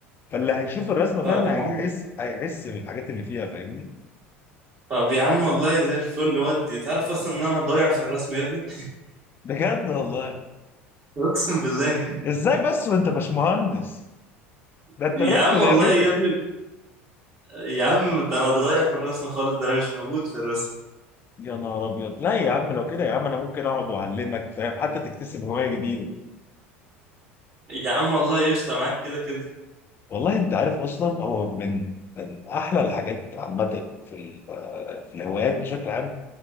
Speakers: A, on the left; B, on the right.
A: فاللي هيشوف الرسمه
B: طب
A: فعلا
B: يا
A: هيحس
B: عم
A: هيحس بالحاجات اللي فيها فاهمني
B: طب يا عم والله زي الفل ودي تعرف اصلا ان انا ضايع في الرسم يا ابني
A: بجد والله
B: اقسم بالله
A: ازاي بس وانت باشمهندس ده انت
B: يا
A: الرسم
B: عم
A: لعبتك
B: والله يا ابني يا عم ده انا ضايع في الرسم خالص ده انا مش موجود في الرسم
A: يا نهار ابيض لا يا عم لو كده يا عم انا ممكن اقعد واعلمك فاهم حتى تكتسب هوايه جديده
B: يا عم والله قشطه معاك كده كده
A: والله انت عارف اصلا هو من من احلى الحاجات عامه في ال- آه، في الهوايات بشكل عام